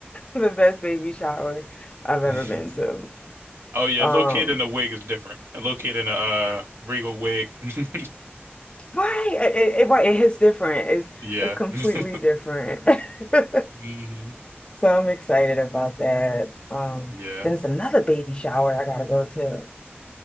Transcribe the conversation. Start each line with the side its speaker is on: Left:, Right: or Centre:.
Left: The best baby shower I've ever
Right: Mhm.
Left: been to.
Right: Oh yeah.
Left: Um,
Right: Little kid in a wig is different. A little kid in a uh, regal wig. <laughs>
Left: right, it, it, it- right, it hits different. It's
Right: Yeah.
Left: it's completely
Right: <laughs>
Left: different. <laughs>
Right: hmm
Left: So I'm excited about that. Um,
Right: Yeah.
Left: then it's another baby shower I gotta go to.